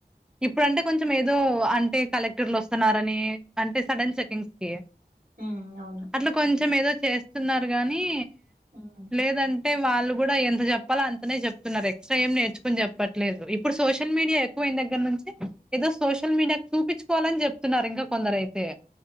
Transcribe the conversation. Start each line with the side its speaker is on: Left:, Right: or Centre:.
Centre: ఇప్పుడు అంటే కొంచెం ఏదో అంటే కలెక్టర్లు వస్తున్నారని అంటే సడన్ చెకింగ్స్ కి
Right: ఉమ్, అవును
Centre: అట్లా కొంచెం ఏదో చేస్తున్నారు గానీ
Right: ఉమ్,
Centre: లేదంటే వాళ్ళు కూడా ఎంత చెప్పలో అంతనే చెప్తున్నారు ఎక్స్ట్రా ఏం నేర్చుకుని చెప్పట్లేదు ఇప్పుడు సోషల్ మీడియా ఎక్కువన దగ్గర నుంచి ఏదో సోషల్ మీడియా చూపించుకోవాలని చెప్తున్నారు ఇంకా కొందర రైతే